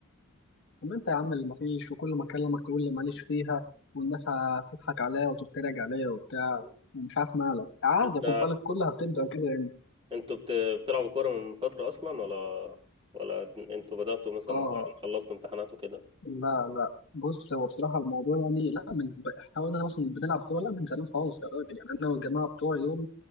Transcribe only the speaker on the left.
طب انت يا عم اللي مفيش وكل ما اكلمك تقول لي ماليش فيها والناس هتضحك عليا وتتريق عليا وبتاع ومش عارف مالك عادي
خد بالك كلها بتبدا كده يعني
اه
لا لا بص هو بصراحه الموضوع يعني لا من ب- احنا قلنا مثلا بنلعب كوره لا من زمان خالص يا راجل يعني انا والجماعه بتوعي دول